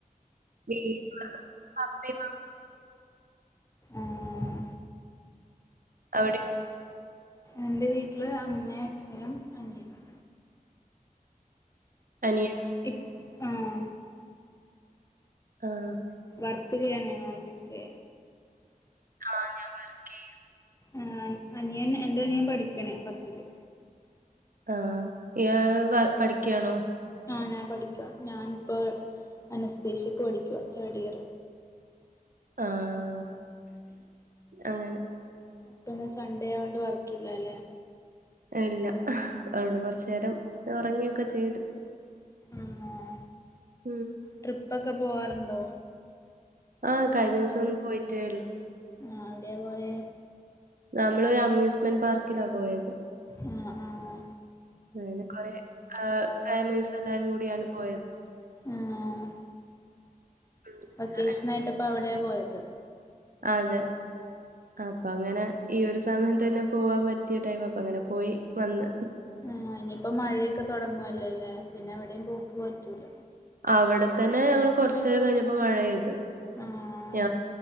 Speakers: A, on the right; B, on the left.
A: വീട്ട്ല് പപ്പയും മമ്മ്
B: ആഹ്
A: അവ്ടെ
B: എൻ്റെ വീട്ട്ല് അമ്മേം അച്ഛനും അനിയനും
A: അനിയനും
B: <unintelligible> ആഹ്
A: ആഹ്
B: വർക്ക് ചെയ്യാണോ എങ്ങനേണ് ചേച്ചി
A: ആഹ് ഞാന് വർക്കെയ്യാ
B: ആഹ് അനി അനിയൻ എന്റനിയൻ പഠിക്കണ് പത്തില്
A: ആഹ് ഇയാ വ പഠിക്ക്യാണോ
B: ആഹ് ഞാൻ പഠിക്കുവാ ഞാന് ഇപ്പോ അനസ്തേഷ്യക്ക് പഠിക്കുവാ തേർഡ് ഇയർ
A: ആഹ് അങ്ങനെ
B: അപ്പ ഇന്ന് സൺഡേ ആയോണ്ട് വർക്കില്ല അല്ലേ
A: ഇല്ല അഓണ്ട് കൊർച്ചേരം ഒറങ്ങിയൊക്കെ ചെയ്ത്
B: ആഹ്
A: ഉം
B: ട്രിപ്പക്കെ പോവാറുണ്ടോ
A: ആഹ് കഴിഞ്ഞുസം ഒന്ന് പോയിറ്റേ ഒള്ളൂ
B: ആഹ് എവിടെയാ പോയേ
A: നമ്മള് ഒര് അമ്യൂസ്മെന്റ് പാർക്കിലാ പോയത്
B: ആഹ് ആഹ്
A: അങ്ങനെ കൊറേ ഫാമിലീസ് എല്ലാരും കൂടിയാണ് പോയത്
B: ആഹ്
A: ഉം
B: വെക്കേഷ്നായിട്ട്
A: അടിച്ചു
B: ഇപ്പ അവിടെയാ പോയത്
A: അതെ അപ്പ അങ്ങന ഈ ഒരു സമയം തന്നെ പോവാൻ പറ്റിയ ടൈമ് അപ്പ അങ്ങന പോയി വന്ന്
B: ഏ ഇനിയിപ്പൊ മഴയൊക്കെ തൊടങ്ങുവല്ലേ ല്ലേ പിന്നെ എവിടെയും പോക്ക് പറ്റൂല
A: അവിടത്തന്നെ ഞങ്ങള് കൊർച്ചേരം കഴിഞ്ഞപ്പോ മഴ പെയ്ത്
B: ആ
A: ഞാ